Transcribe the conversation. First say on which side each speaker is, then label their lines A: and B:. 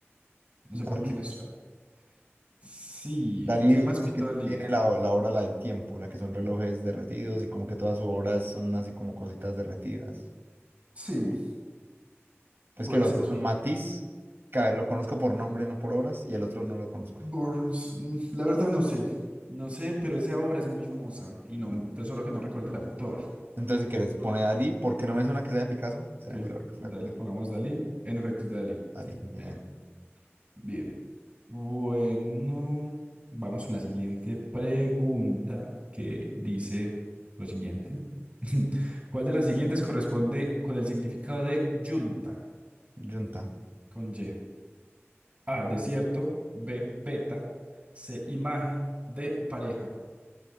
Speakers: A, on the right; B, on the right.
A: No sé
B: Dalí.
A: por qué me suena. Sí,
B: Dalí
A: ¿qué
B: es
A: más pintó
B: el que tiene
A: Dalí?
B: la, o- la obra, la del tiempo, la que son relojes derretidos y como que todas sus obras son así como cositas derretidas.
A: Sí,
B: Pues
A: puede
B: que el otro
A: ser.
B: son Matisse, que a ver, lo conozco por nombre, no por obras, y el otro no lo conozco.
A: Burns, mm, la verdad no sé. No sé, pero esa obra es muy famosa y no,
B: Mm,
A: pero solo que no recuerdo el autor.
B: Entonces, si quieres, pone Dalí, porque no me suena que sea de Picasso. Será
A: Ok,
B: muy raro que fuera
A: dale,
B: de Picasso.
A: pongamos Dalí. En efecto, es de Dalí.
B: Dalí,
A: Sí,
B: bien.
A: bien. Bien. Bueno, vamos con la siguiente pregunta que dice lo siguiente. <laughs> ¿Cuál de las siguientes corresponde con el significado de yunta
B: Junta.
A: con Y? A, desierto, B, beta, C, imagen, D, pareja.